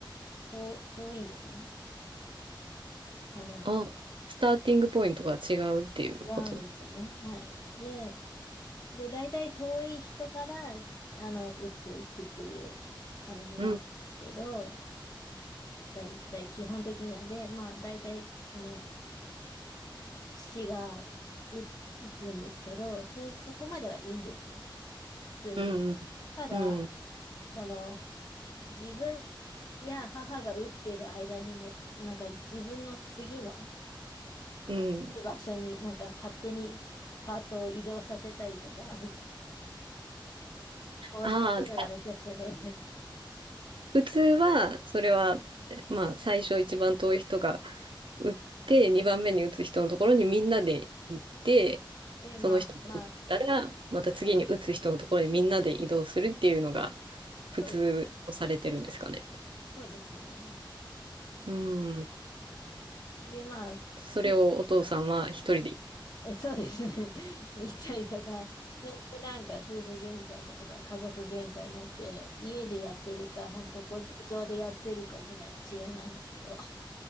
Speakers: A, on the left (about 50°); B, on the right (about 75°).
A: 遠、遠いんですよね。あの、
B: あ、スターティングポイントが違うっていうこと。
A: 違うんですよね。はい。で、で、大体遠い人から、あの、打っていくっていう感じなんですけど、
B: うん
A: 大体基本的には。で、まあ、大体、その、父が打、打つんですけど、それ、そこまではいいんですよ。<laughs> 普通に。
B: うん、
A: ただ、
B: うん、
A: その、自分や母が打ってる間にも、なんか自分の次の
B: うん。
A: 場所になんか勝手にパートを移動させたりとか、<laughs> なんか、行動とかがめちゃくちゃで。
B: ああ、じゃあ普通は、それは、まあ、最初一番遠い人が打って、2番目に打つ人のところにみんなで行って、
A: で、
B: その人が打ったら、
A: まあ、まあ、
B: また次に打つ人のところにみんなで移動するっていうのが、
A: そうですね。
B: 普通とされてるんですかね。
A: そうですね。
B: うん。
A: で、まあ、父が
B: それをお父さんは一人で。
A: やっぱり <laughs> そうですね。<laughs> 行ったりとか、それでなんか夫婦喧嘩だとか家族喧嘩になって、家でやってるか、本当ゴルフ場でやってるかぐらいの違いなんですけど。